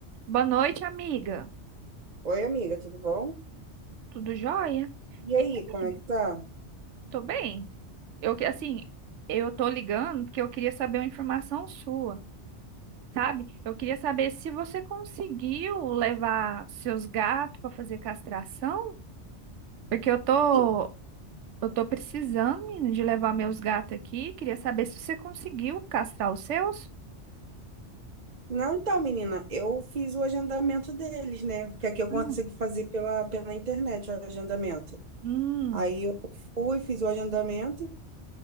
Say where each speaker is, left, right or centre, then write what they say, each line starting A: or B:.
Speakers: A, on the right; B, on the right.
A: Boa noite, amiga.
B: Oi, amiga, tudo bom?
A: Tudo jóia?
B: E
A: Hein,
B: aí,
A: amiga?
B: como é que tá?
A: Tô bem. Eu que assim, eu tô ligando porque eu queria saber uma informação sua, sabe? Eu queria saber se você conseguiu levar seus gatos para fazer castração, porque eu tô
B: E-
A: eu tô precisando, menina, de levar meus gatos aqui. Queria saber se você conseguiu castrar os seus.
B: Não, então, menina, eu fiz o agendamento deles, né? Que aqui eu
A: Ah,
B: consigo fazer pela, pela internet o agendamento.
A: Hum,
B: Aí eu fui, fiz o agendamento,